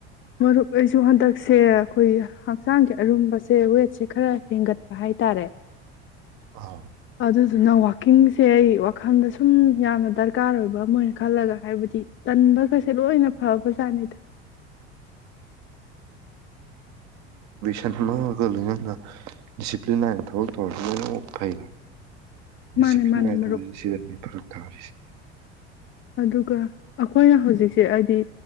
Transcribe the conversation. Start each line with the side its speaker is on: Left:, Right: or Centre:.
Left: ꯃꯔꯨꯞ ꯑꯩꯁꯨ ꯍꯟꯗꯛꯁꯦ ꯑꯩꯈꯣꯏ ꯍꯛꯆꯥꯡꯁ ꯑꯔꯨꯝꯕꯁꯦ ꯋꯦꯠꯁꯦ ꯈꯔ ꯍꯦꯟꯒꯠꯄ ꯍꯥꯏꯇꯥꯔꯦ
Right: ꯑꯥ
Left: ꯑꯗꯨꯗꯨꯅ ꯋꯥꯛꯀꯤꯡꯁꯦ ꯑꯩ ꯋꯥꯈꯜꯗ ꯁꯨꯝ ꯌꯥꯝꯅ ꯗꯔꯀꯥꯔ ꯑꯣꯏꯕ ꯑꯃ ꯑꯣꯏꯅ ꯈꯜꯂꯒ ꯍꯥꯏꯕꯗꯤ ꯇꯟꯕꯒꯁꯦ ꯂꯣꯏꯅ ꯐꯕꯖꯥꯠꯅꯤꯗ
Right: <unintelligible> ꯏꯝꯄ꯭ꯔꯨꯞꯃꯦꯟ ꯒꯥ ꯂꯣꯏꯅꯅ ꯗꯤꯁꯤꯄ꯭ꯂꯤꯟ ꯅꯥꯏꯅ ꯊꯕꯛ ꯇꯧꯔꯗꯤ ꯂꯣꯏꯅꯃꯛ ꯐꯩꯅ ꯗꯤꯁꯤꯄ꯭ꯂꯤꯟ
Left: ꯃꯥꯅꯦ ꯃꯥꯅꯦ
Right: ꯅꯥꯢꯗꯕꯁꯤ
Left: ꯃꯔꯨꯞ
Right: ꯁꯤꯗꯅꯤ ꯐꯔꯛ ꯀꯥꯔꯤꯁꯤ
Left: ꯑꯗꯨꯒ ꯑꯩꯈꯣꯏꯅ ꯍꯧꯖꯤꯛꯁꯦ ꯍꯥꯏꯗꯤ